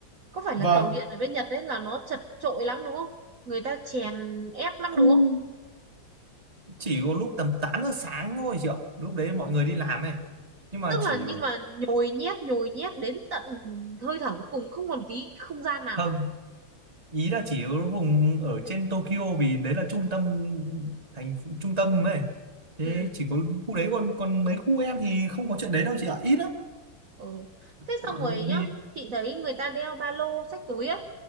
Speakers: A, on the right; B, on the right.
A: có phải
B: vâng
A: là tàu điện ở bên Nhật đấy là nó chật chội lắm đúng không người ta chèn ép lắm
B: khu
A: đúng không
B: chỉ có lúc tầm 8 giờ sáng thôi chị ạ lúc đấy mọi người đi làm ấy nhưng mà
A: tức
B: chỉ
A: là
B: ở
A: nhưng mà nhồi nhét nhồi nhét đến tận hơi thở cuối cùng không còn tí không gian nào
B: vâng.
A: à
B: ý là chỉ ở vùng ở trên Tokyo vì đấy là trung tâm thành trung tâm ấy thế
A: ừ
B: chỉ có khu đấy còn còn mấy khu em thì không có chuyện đấy đâu chị ạ ít lắm
A: ừ thế
B: vì
A: xong rồi nhá chị thấy người ta đeo ba lô xách túi ấy